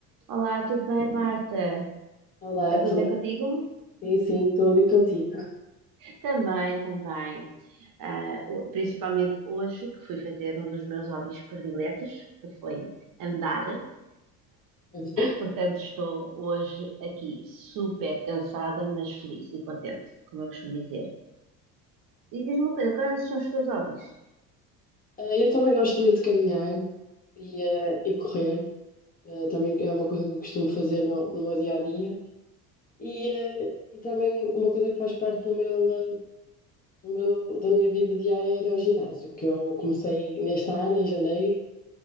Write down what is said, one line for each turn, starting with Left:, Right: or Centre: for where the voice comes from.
Right: Olá, tudo bem, Marta?
Left: Olá,
Right: Está
Left: tu-
Right: tudo bem contigo?
Left: sim, sim, estou ali contigo.
Right: Também, também. Ah, o- principalmente hoje, que fui fazer um dos meus hobbies prediletos, que foi andar.
Left: <laughs>
Right: Portanto, estou hoje aqui super cansada, mas feliz e contente, como eu costumo dizer. E diz-me uma coisa, quais são os teus hobbies?
Left: Eh, Eu também gosto muito de caminhar e, eh, e correr, Eh, também é uma coisa que eu costumo fazer no, no meu dia a dia. E, eh, e também uma coisa que faz parte do meu, eh, do meu- da minha vida diária é ir ao ginásio, que eu comecei neste ano, em janeiro.